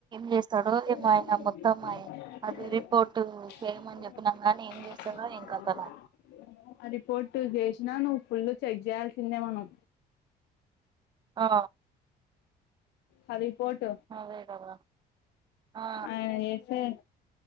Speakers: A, on the right (about 25°); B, on the left (about 80°).
A: చేస్తాడో
B: <unintelligible>
A: ఏమో ఆయన మొత్తం ఆయ- అది రిపోర్ట్ చేయమని చెప్పినాం గానీ ఏం చేస్తాడో ఏం కథనో
B: ఆ రిపోర్ట్ జేష్ నా నువ్వు ఫుల్లు చెగ్ చేయాల్సిందే మనం
A: ఆ
B: ఆ రిపోర్ట్
A: అదే కదా ఆ
B: ఆయన చేసే